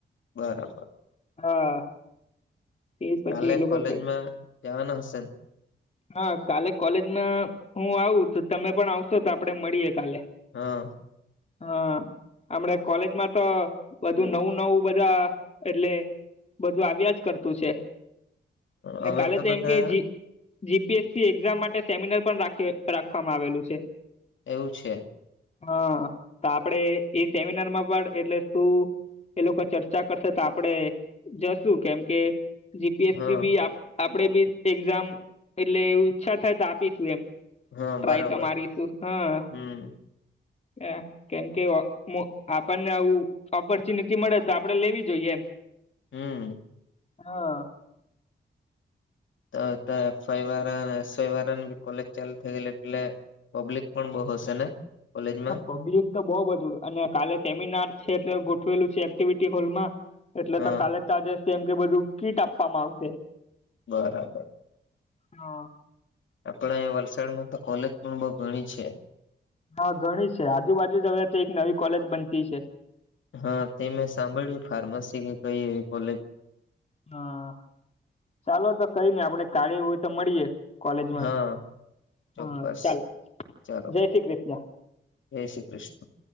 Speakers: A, on the left; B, on the left.
A: બરાબર
B: હા એ પછી
A: કાલે
B: એ લોકો
A: કોલેજમાં
B: કઈ
A: જવાના હશે.
B: હા કાલે કોલેજમાં હું આવું તો તમે પણ આવશો તો આપડે મળીએે કાલે.
A: હા.
B: હા. આપણે કોલેજમાં તો વધુ નવું નવું બધા એટલે. બધું આવ્યા જ કરતું છે ને
A: હવે
B: કાલે તો
A: બધા
B: એમ કે. જીપીએસસી એક્ઝામ માટે સેમિનાર પણ રાખી રાખવામાં આવેલું છે.
A: એવું છે.
B: હા તો આપડે એ સેમિનાર માં પણ એટલે શું. એ લોકો ચર્ચા કરશે તો આપડે જશું કેમ કે. જીપીએસસી
A: હા
B: બી આપડે બી એક્ઝામ એટલે એ ઈચ્છા થાય તો આપીશું એમ.
A: હા
B: ટ્રાય
A: બરાબર
B: તો મારી શું હા.
A: હમ
B: એ કેમ કે આપણને આવું ઓપોર્ચ્યુનિટી મળે તો આપડે લેવી જોઈએ એમ.
A: હમ.
B: હા.
A: તો તો એફ વાય વાળા ને એસ વાય વાળા ની ભી કોલેજ ચાલુ થઈ ગઈ એટલે પબ્લિક પણ બહુ હશે ને? કોલેજમાં
B: પબ્લિક તો બહુ બધું અને કાલે સેમિનાર છે એટલે ગોઠવેલું છે એક્ટિવિટી હોલમાં એટલે
A: હા
B: તો કાલે તોજે સેમ કે બધું કીટ આપવામાં આવશે.
A: બરાબર.
B: હા.
A: આપડે વલસાડમાં તો કોલેજ પણ બહુ ઘણી છે.
B: હા ઘણી છે આજુબાજુ જગા છે તો એક નવી કોલેજ બનતી છે.
A: હા તે મેં સાંભળ્યું ફાર્મસી કે કઈ એવી કોલેજ
B: હા ચાલો તો કઈ આપડે કાલે એવું હોય તો મળીએે. કોલેજમાં.
A: હા ચોક્કસ
B: હા ચાલો.
A: ચાલો
B: જય શ્રી કૃષ્ણ.
A: જય શ્રી કૃષ્ણ.